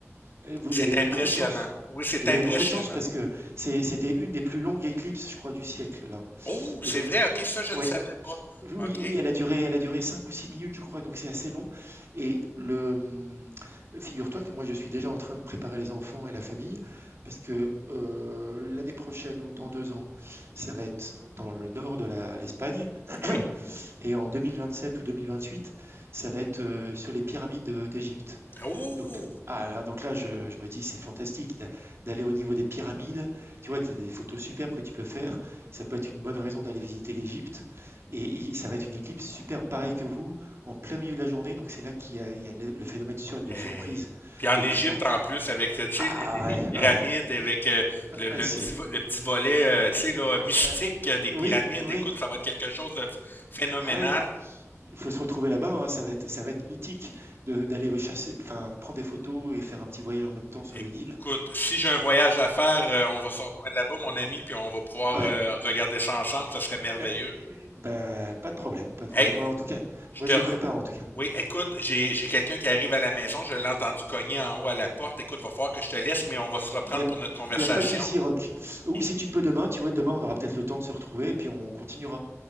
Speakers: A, on the right; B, on the left.
A: et vous
B: C'est
A: avez
B: impressionnant.
A: eu beaucoup de chance.
B: Oui, c'est
A: Vous
B: impressionnant.
A: avez eu beaucoup de chance parce que c'est- c'était une des plus longues éclipses, je crois, du siècle là.
B: Oh, c'est
A: Et mais
B: vrai, ok, ça, je
A: ouais,
B: ne savais pas.
A: oui,
B: Ok,
A: oui, elle a duré, elle a duré 5 ou 6 minutes, je crois, donc c'est assez long. Et le, hum, figure-toi que moi, je suis déjà en train de préparer les enfants et la famille, parce que euh, l'année prochaine ou dans deux ans, ça va être dans le nord de la- l'Espagne,
B: oui.
A: <clears throat> et en 2027 ou 2028, ça va être euh, sur les pyramides euh, d'Égypte.
B: Oh!
A: Donc, ah, donc là, je, je me dis, c'est fantastique d'a- d'aller au niveau des pyramides. Tu vois, tu as des photos superbes que tu peux faire. Ça peut être une bonne raison d'aller visiter l'Égypte. Et, il- ça va être une éclipse superbe, pareil que vous, en plein milieu de la journée. Donc c'est là qu'il y a, il y a le, le phénomène de sur- de
B: Hey.
A: surprise
B: Puis en
A: le
B: Égypte,
A: plus marqué.
B: en plus, avec tu sais,
A: Ah
B: les, les- les
A: ouais,
B: pyramides,
A: ouais,
B: avec euh, le, le
A: ouais, c'est...
B: petit, vo- le petit volet euh, tu sais, là,
A: euh,
B: mystique euh, des pyramides,
A: oui, oui.
B: écoute, ça va être quelque chose de ph- phénoménal.
A: Ah ouais, il faut se retrouver là-bas, hein, ça va être, ça va être mythique de, d'aller chasser, enfin, prendre des photos et faire un petit voyage en même temps sur
B: Écoute,
A: le Nil.
B: si j'ai un voyage à faire, euh, on va se rejoindre là-bas, mon ami, puis on va pouvoir
A: Ouais.
B: euh, regarder ça ensemble, ça serait merveilleux.
A: Euh, bah, pas de problème, pas de
B: Hey,
A: problème. Moi, en tout cas,
B: je
A: moi,
B: te...
A: je le prépare, en tout cas.
B: Oui, écoute, j'ai, j'ai quelqu'un qui arrive à la maison, je l'ai entendu cogner en haut à la porte. Écoute, va falloir que je te laisse,
A: Il
B: mais on va se reprendre
A: n'y a,
B: pour notre conversation.
A: il y a pas de souci, Rock. Ou
B: Puis
A: si tu peux demain, tu vois, demain, on aura peut-être le temps de se retrouver, puis on continuera.